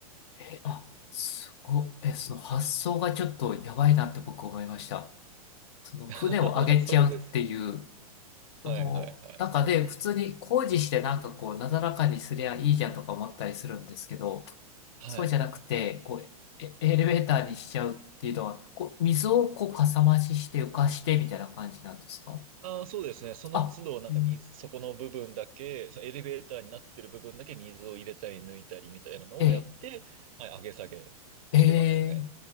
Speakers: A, on the left (about 45°); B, on the right (about 65°).
A: え、あ、すご、え、その発想がちょっとやばいなって僕思いました。その船を上げちゃうっていう、
B: <laughs> まあ、そうです。
A: その中で普通に工事してなんかこうなだらかにすりゃいいじゃんとか思ったりするんですけど、
B: はい、はい、はい。はい。
A: そうじゃなくて、こうエ、エレベーターにしちゃうっていうのは、こう、水をこうかさ増しして浮かしてみたいな感じなんですか
B: ああ、そうですね。その都度、
A: あ、
B: なんか水、
A: え
B: そこの部分だけ、そのエレベーターになってる部分だけ水を入れたり抜いたりみたいなのをやって、
A: え
B: はい、上げ下げしてますね。
A: ええ